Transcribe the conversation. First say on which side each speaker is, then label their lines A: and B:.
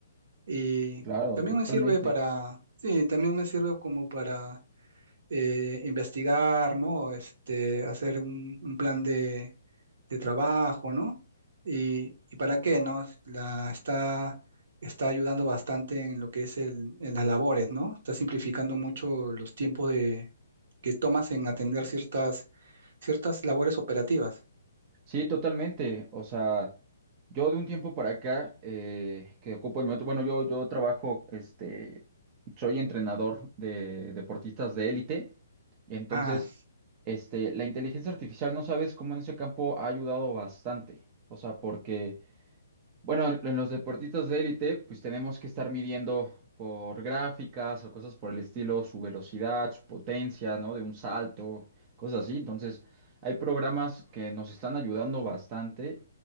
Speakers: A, on the right; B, on the right.
A: Y
B: Claro, claro.
A: también
B: totalmente.
A: me sirve para, sí, también me sirve como para eh, investigar, ¿no? Este, hacer un, un plan de, de trabajo, ¿no? Y, y para qué, ¿no? La está, está ayudando bastante en lo que es el- en las labores, ¿no? Está simplificando mucho los tiempos de, que tomas en atender ciertas, ciertas labores operativas.
B: Sí, totalmente. O sea, yo de un tiempo para acá eh, que ocupo en mi otro, bueno, yo, yo trabajo, este, soy entrenador de deportistas de élite y entonces,
A: Ah,
B: este, la inteligencia artificial, no sabes cómo en ese campo ha ayudado bastante. O sea, porque Bueno, en en los deportistas de élite, pues tenemos que estar midiendo por gráficas o cosas por el estilo, su velocidad, su potencia, ¿no? De un salto, cosas así. Entonces, hay programas que nos están ayudando bastante